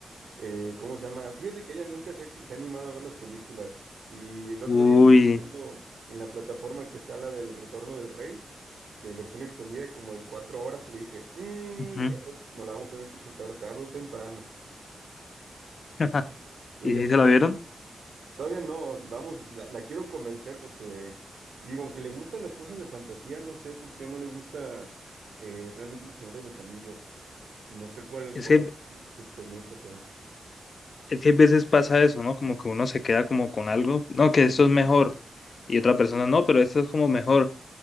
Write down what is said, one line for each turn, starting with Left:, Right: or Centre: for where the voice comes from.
Right: Eh, ¿cómo se llama? Fíjate que ella nunca se ha, se ha animado a ver las películas. Y el otro
Left: Uy.
Right: día estaba viendo en la plataforma que está la del Retorno del Rey, de versión extendida, como de cuatro horas, y le dije, "Mm,
Left: ujú.
Right: eh, nos la vamos a tener que chutar tarde o temprano.
Left: <laughs>
Right: Y
Left: ¿Y
Right: ella,
Left: si
Right: "No,
Left: se la vieron?
Right: todavía no, vamos, la, la quiero convencer porque, digo, aunque le gustan las cosas de fantasía, no sé por qué no le gusta eh, realmente El Señor de los Anillos. No sé cuál,
Left: Es
Right: cuál
Left: que
Right: es su experiencia, pero...
Left: Es que a veces pasa eso, ¿no? Como que uno se queda como con algo, no, que esto es mejor, y otra persona no, pero esto es como mejor.